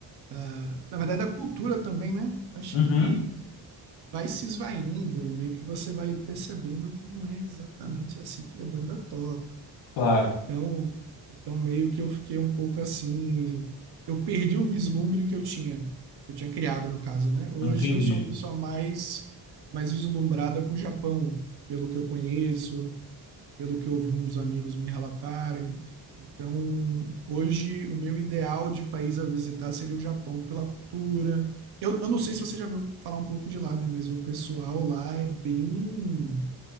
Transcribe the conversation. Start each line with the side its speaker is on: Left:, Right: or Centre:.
Right: ah, na verdade da cultura também, né? Acho
Left: Uhum.
Right: que vai se esvaindo e meio que você vai percebendo que não é exatamente assim que a banda toca.
Left: Claro,
Right: Então, então meio que eu fiquei um pouco assim, eu perdi o vislumbre que eu tinha, que eu tinha criado no caso, né? Hoje
Left: entendi.
Right: eu sou uma pessoa mais mais vislumbrada com o Japão, pelo que eu conheço, pelo que eu ouvi uns amigos me relatarem. Então, hoje, o meu ideal de país a visitar seria o Japão pela cultura. Eu, eu não sei se você já viu falar um pouco de lá, né? Mas o pessoal lá é bem